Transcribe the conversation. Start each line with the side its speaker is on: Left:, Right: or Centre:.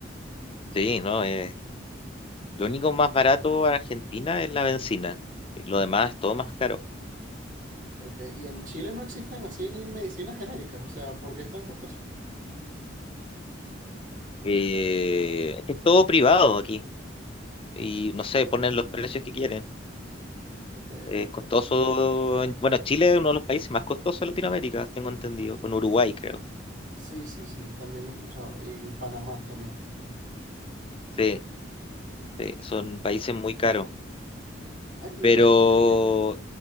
Left: sí, no. eh, lo único más barato en Argentina es la bencina. Lo demás es todo más caro.
Right: Ok, y en Chile no existen así medicinas genéricas, o sea, ¿por qué es tan costoso?
Left: Eh, es que es todo privado aquí y no sé, ponen los precios que quieren.
Right: Ok,
Left: Es costoso. en- Bueno, Chile es uno de los países más costosos de Latinoamérica, tengo entendido, con Uruguay, creo.
Right: sí, sí, sí, también lo he escuchado. Y Panamá también es costoso.
Left: Sí, sí, son países muy caros.
Right: Ay, y
Left: Pero,
Right: y estuviste en,